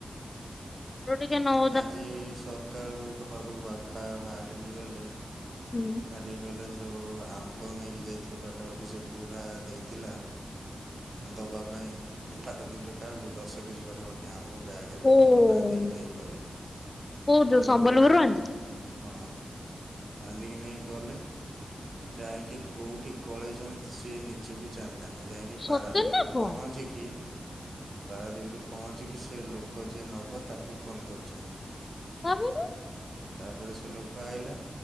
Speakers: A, on the left; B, on the right.
A: ରୁ ଟିକେ ନଉ
B: ଆଜି ସକାଳୁ ଘରୁ ବାପା ବାହାରିକି ଗଲେ
A: ହୁଁ।
B: କାଲି ଗଲେ ଯୋଉ ଆମ୍ବ ନେଇକି ଯାଇଥିଲ ପାଖାପାଖି ସେ ବୁଢ଼ା ଦେଇଥିଲା ଦବା ପାଇଁ ପାରାଦ୍ଵୀପରେ କାହାକୁ ଦଶ କେଜି ପାଖାପାଖି ଖି ଆମ୍ବ ବ୍ୟାଗରେ
A: କୋଉ
B: ପୂରେଇକି ବାନ୍ଧିକି ଦେଇକି କହିଲେ,
A: କୋଉ
B: ତାକୁ
A: ଯୋଉ ସମ୍ବଲପୁରରୁ ଆଣିଥିଲେ
B: ହଁ। ବାନ୍ଧିକି ନେଇକି ଗଲେ, ଯାଇଁକି କୋଉଠି ଗଳେଇଛନ୍ତି ସିଏ ନିଜେ ବି ଜାଣିନାହାଁନ୍ତି? ଏଠୁ ଯାଇଁକି
A: ସତରେ
B: ପାରାଦ୍ଵୀପରେ
A: ନା କଣ?
B: ପହଞ୍ଚିକି ପାରାଦ୍ଵୀପରେ ପହଞ୍ଚିକି, ସେ ଲୋକ ଯିଏ ନବ ତାକୁ ଫୋନ୍ କରିଛନ୍ତି
A: ତାପରେ
B: ତାପରେ ସେ ଲୋକ ଆଇଲା,